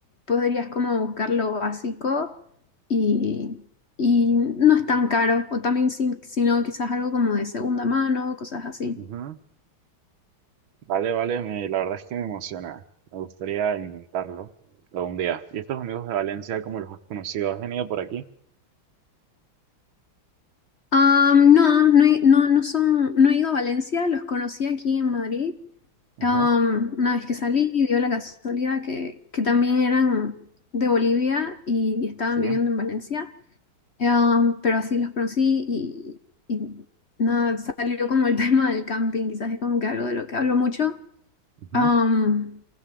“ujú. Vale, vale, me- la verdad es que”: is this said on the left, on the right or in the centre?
Right